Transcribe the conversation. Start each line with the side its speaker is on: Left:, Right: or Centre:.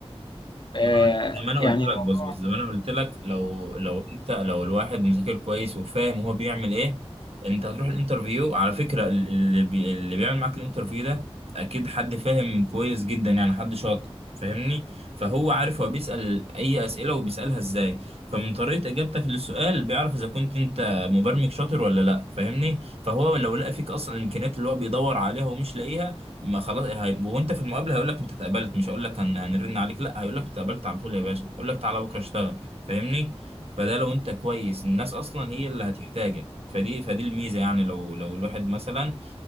Left: آه،
Right: ما أنا- قلت- زي ما انا
Left: يعني
Right: قلت لك
Left: الموضوع
Right: بص بص زي ما انا قلت لك لو لو انت لو الواحد مذاكر كويس وفاهم هو بيعمل ايه انت هتروح الانترفيو على فكره ال- اللي بي اللي بيعمل معاك الانترفيو ده اكيد حد فاهم كويس جدا يعني حد شاطر فاهمني فهو عارف هو بيسال اي اسئله وبيسالها ازاي فمن طريقه اجابتك للسؤال بيعرف اذا كنت انت مبرمج شاطر ولا لا فاهمني فهو لو لقى فيك اصلا الامكانيات اللي هو بيدور عليها ومش لاقيها ما خلاص هي... وانت في المقابله هيقول لك انت اتقبلت مش هيقول لك هن... هنرن عليك لا هيقول لك اتقبلت على طول يا باشا يقول لك تعالى بكره اشتغل فاهمني فده لو انت كويس الناس اصلا هي اللي هتحتاجك فدي فدي الميزه يعني لو لو الواحد مثلا